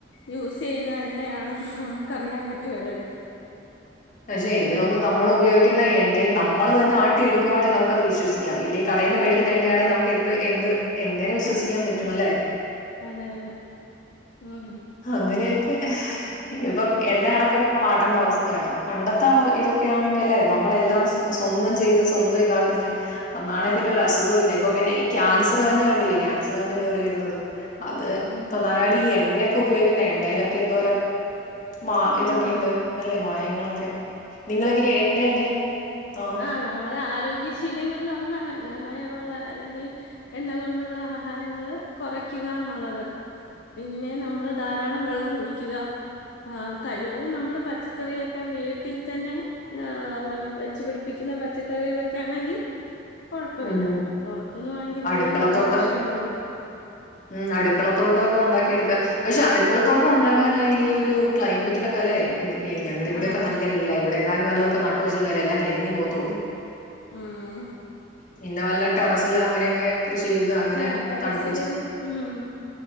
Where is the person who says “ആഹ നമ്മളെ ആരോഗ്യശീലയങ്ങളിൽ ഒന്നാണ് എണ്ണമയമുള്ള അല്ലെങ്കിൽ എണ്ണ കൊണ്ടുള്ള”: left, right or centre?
Left